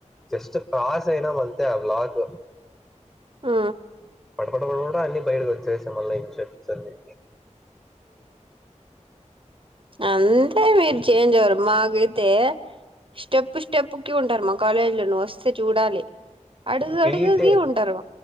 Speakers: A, in the centre; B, on the right.
A: జస్ట్ క్రాస్ అయినా మంతే ఆ బ్లాక్
B: ఆ
A: పటపట పట అన్ని బయటకి వచ్చేసినయ్ మళ్ళ ఇన్షెట్స్ అన్ని
B: ఆ అంతే మీరు చేంజ్ అవ్వరు మాకే తే స్టెప్ స్టెప్ కి ఉంటారు మా కాలేజీలో నువ్వు వస్తే చూడాలి అడుగు
A: పీటే
B: అడుగుకి ఉంటారు